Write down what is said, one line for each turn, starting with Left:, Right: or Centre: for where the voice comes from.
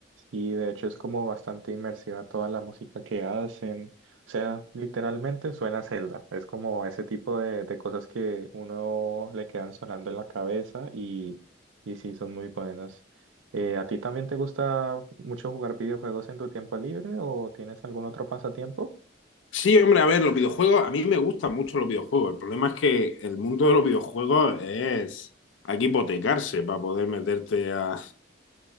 Right: Sí, de hecho es como bastante inmersiva toda la música que hacen. O sea, literalmente suena a Zelda. Es como ese tipo de, de cosas que uno le quedan sonando en la cabeza y, y sí, son muy buenas. Eh, ¿a ti también te gusta mucho jugar videojuegos en tu tiempo libre o tienes algún otro pasatiempo?
Left: Sí, hombre, a ver, los videojuegos, a mí me gustan mucho los videojuegos. El problema es que el mundo de los videojuegos es... Hay que hipotecarse para poder meterte a,